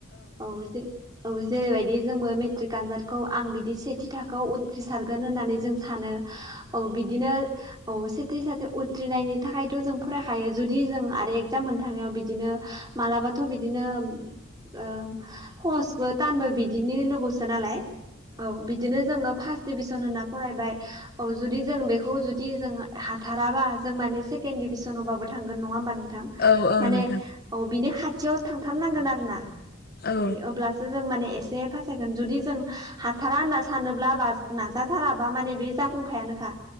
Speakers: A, on the right; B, on the left.
A: औ जे औ जेरैबायदि जोंबो मेट्रिक आनजादखौ आं बिदि सेथि थाखोआव उथ्रिसारगोन होननानै जों सानो औ बिदिनो औ सेथि साथि उथ्रिनायनि थाखायथ' जों फरायखायो जुदि जों आरो एगजाम मोनो थांनायाव बिदिनो मालाबाथ' बिदिनो सहसबो थानबो बिदिनि लोगोसो नालाय औ बिदिनो जोङो फार्स्ट डभिजन होनना फरायबाय औ जुदि जों बेखौ जुदि जों हाथाराबा जों माने सेकेण्ड डभिसनावबाबो थांगोन नङा होमबा नोंथां।
B: औ औ
A: माने
B: नोंथां
A: औ बिनि खाथियाव थांथारनांगोन आरो ना
B: औ
A: बिदि अब्ला सो जों माने एसे पास जागोन जुदि जों हाथारा होनना सानोब्ला बा जों नाजाथाराबा माने बे जाफुंखायानोखा